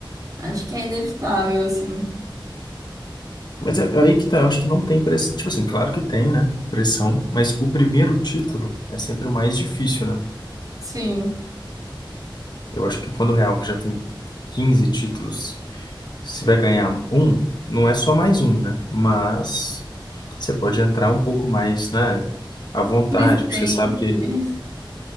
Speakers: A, on the right; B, on the left.
A: acho que é inevitável, assim.
B: Mas é é aí que tá, eu acho que não tem pressão. Tipo assim, claro que tem, né? Pressão, mas o primeiro título é sempre o mais difícil, né?
A: Sim,
B: Eu acho que quando o Real, que já tem 15 títulos, se vai ganhar um, não é só mais um, né? Mas você pode entrar um pouco mais, né, à vontade,
A: Licem.
B: porque você sabe que
A: ele.